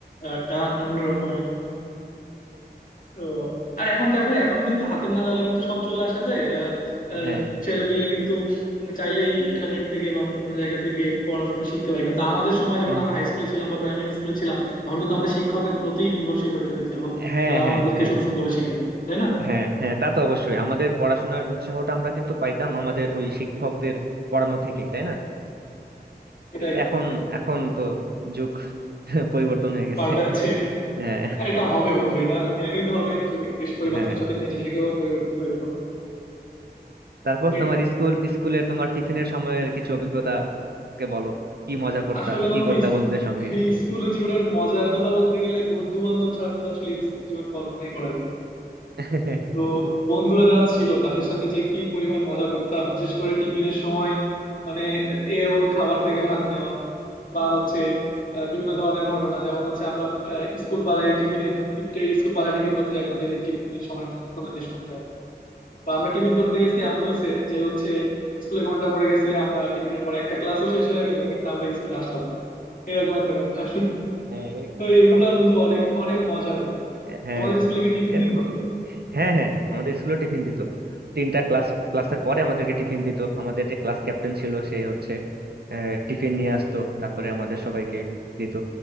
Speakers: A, on the left; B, on the right.
A: আহ, টান অন্যরকম তো আর এখন দেখো এখন কিন্তু হাতের নাগালের মধ্যে সব চলে আসাতে আহ, আহ,
B: হ্যাঁ
A: ছেলেপিলে কিন্তু চাইলেই ইন্টারনেট থেকে বা অন্য কোনো জায়গা থেকে পড়াশোনা শিখতে পারে কিন্তু আমাদের সময় যখন
B: এহ,
A: আমরা হাই স্কুলে ছিলাম বা প্রাইমারি স্কুলে ছিলাম তখন কিন্তু আমাদের শিক্ষকের প্রতি নির্ভরশীল হইতে হইতো এবং
B: হ্যাঁ
A: তারা আমাদেরকে
B: হ্যাঁ হ্যাঁ
A: খুব সুন্দরভাবে শেখাইতো তাই না
B: হ্যাঁ হ্যাঁ তা তো অবশ্যই আমাদের পড়াশোনার উৎসাহটা আমরা কিন্তু পাইতাম আমাদের ওই শিক্ষকদের পড়ানো থেকেই তাই না
A: এটাই
B: এখন এখন তো যুগ <laughs> পরিবর্তন হয়ে গেছে
A: পাল্টাচ্ছে
B: হ্যাঁ
A: আর এটা হবে বন্ধু এটা মেনে নিতে হবে যুগের পরিবর্তনের
B: হ্যাঁ
A: সাথে নিজেকেও পরিবর্তন হইতে হবে
B: তারপর
A: সেটাই
B: তোমার স্কুল স্কুলের তোমার টিফিনের সময়ের কিছু অভিজ্ঞতাকে বলো কি মজা করতা
A: আসলে
B: কি
A: বন্ধু
B: করতা
A: ইস-
B: বন্ধুদের সঙ্গে
A: এই স্কুল জীবনের মজার কথা বলতে গেলে বন্ধু বান্ধব ছাড়া তো আসলে স্কুল জীবন কল্পনাই করা যায় না।
B: <laughs>
A: তো বন্ধুরা যারা ছিল তাদের সাথে যে কি পরিমাণ মজা করতাম বিশেষ করে টিফিনের সময় মানে এ ওর খাবার থেকে ভাগ নেওয়া বা হচ্ছে আহ, বিভিন্ন ধরনের ঘটনা যেমন হচ্ছে আমরা আহ, স্কুল পালায় টিফিনের স্কুল পালায় টিফিন করতে যাইতাম যেদিন টিফিনের সময় থাকতো না যে সময়টা বা আমরা টিফিন করতে গেছি এমন হয়েছে যে হচ্ছে স্কুলে ঘন্টা পড়ে গেছে আমরা টিফিনের পরে একটা ক্লাসও শেষ হয়ে গেল কিন্তু আমরা স্কুলে আসলাম না এরকম একটা ব্যাপার
B: হ্যাঁ
A: তো
B: এরকম
A: এগুলা বন্ধু অনেক অনেক মজার বন্ধু
B: হ্যাঁ
A: তোমাদের স্কুলে কি টিফিন
B: এরকম
A: দিত
B: হ্যাঁ হ্যাঁ আমাদের স্কুলে টিফিন দিত তিনটা ক্লাস ক্লাসের পরে আমাদেরকে টিফিন দিত আমাদের যে ক্লাস ক্যাপ্টেন ছিল সে হচ্ছে আহ, টিফিন নিয়ে আসতো তারপরে আমাদের সবাইকে দিত